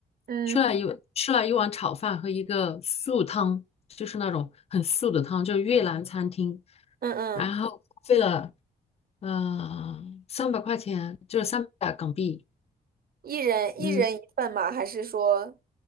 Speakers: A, on the right; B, on the left.
A: 嗯
B: 吃了一吃了一碗炒饭和一个素汤，就是那种很素的汤，就是越南餐厅，
A: 嗯嗯，
B: 然后花费了呃三百块钱，就是三百港币。
A: 一人一人一份吗？
B: 嗯，
A: 还是说，